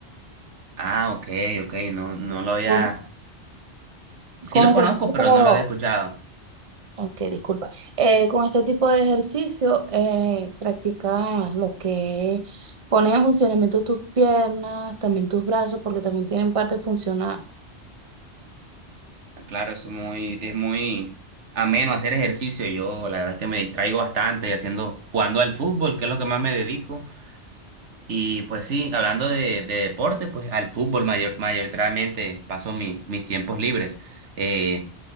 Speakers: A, on the right; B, on the right.
A: Ah, ok, ok, no, no lo había.
B: Con,
A: Sí
B: con
A: lo
B: este
A: conozco,
B: tipo,
A: pero no lo había escuchado.
B: ok, disculpa. Eh, con este tipo de ejercicio eh, practicas lo que es pones en funcionamiento tus piernas, también tus brazos, porque también tienen parte funcional.
A: Ah, Claro, es muy, es muy ameno hacer ejercicio. Yo la verdad es que me distraigo bastante haciendo, jugando al fútbol, que es lo que más me dedico. Y pues sí, hablando de, de deporte, pues al fútbol mayor- mayoritariamente paso mis, mis tiempos libres. Eh,